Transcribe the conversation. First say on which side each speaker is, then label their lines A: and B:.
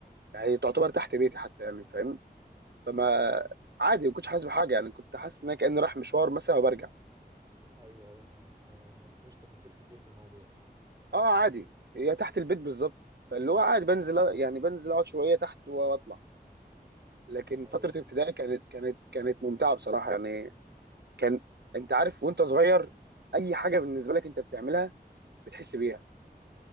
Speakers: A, on the right (about 80°); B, on the right (about 20°).
A: يعني تعتبر تحت بيتي حتى يعني فاهم فما عادي ما كنتش حاسس بحاجه يعني كنت حاسس ان انا كاني رايح مشوار مثلا وبرجع
B: أيوه أيوه فاهم ما ما فيش تفاصيل كتير في الموضوع
A: اه عادي هي تحت البيت بالظبط فاللي هو عادي بنزل يعني بنزل اقعد شويه تحت واطلع لكن
B: ايوه
A: فتره ابتدائي كانت كانت كانت ممتعه بصراحه يعني كان انت عارف وانت صغير اي حاجه بالنسبه لك انت بتعملها بتحس بيها